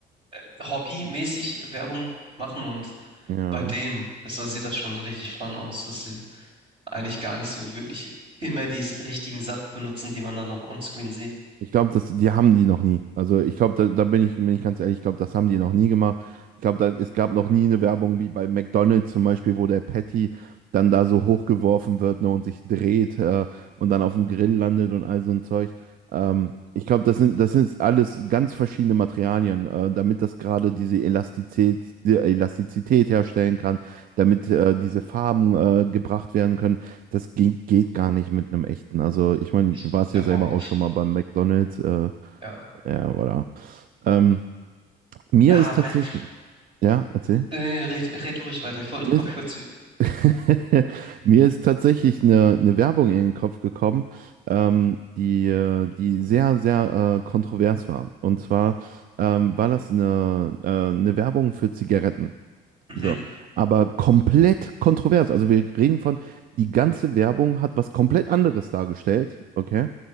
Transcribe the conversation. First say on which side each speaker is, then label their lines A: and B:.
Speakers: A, on the right; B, on the right.
A: äh, hobbymäßig Werbung machen und
B: Ja.
A: bei denen ist, das- sieht das schon richtig fun aus, dass sie eigentlich gar nicht so wirklich immer die s- richtigen Sachen benutzen, die man dann auch onscreen sieht.
B: Ich glaube, das, die haben die noch nie. Also ich glaube, da, da bin ich, bin ich ganz ehrlich, ich glaube, das haben die noch nie gemacht. Ich glaube, da, es gab noch nie eine Werbung wie bei McDonald's zum Beispiel, wo der Patty dann da so hochgeworfen wird, ne, und sich dreht, äh, und dann auf dem Grill landet und all so ein Zeug. Ähm, ich glaube, das sind, das sind alles ganz verschiedene Materialien, äh, damit das gerade diese Elastizität, die Elastizität herstellen kann, damit äh, diese Farben äh, gebracht werden können. Das geht, geht gar nicht mit einem echten. Also, ich meine,
A: Ich
B: du warst
A: glaube
B: ja selber
A: auch nicht.
B: auch schon mal beim McDonald's. Äh,
A: Ja.
B: ja, voilà. Ähm, mir
A: Ah,
B: ist tatsächlich,
A: Mac.
B: ja, erzähl.
A: Äh, red, red du ruhig weiter. Ich wollte
B: Mir
A: nur
B: ist,
A: <laughs> kurz.
B: <laughs> mir ist tatsächlich eine, eine Werbung in den Kopf gekommen, ähm, die, äh, die sehr, sehr äh, kontrovers war. Und zwar ähm, war das eine, äh, eine Werbung für Zigaretten.
A: Mhm.
B: So, aber komplett kontrovers. Also wir reden von, die ganze Werbung hat was komplett anderes dargestellt, okay?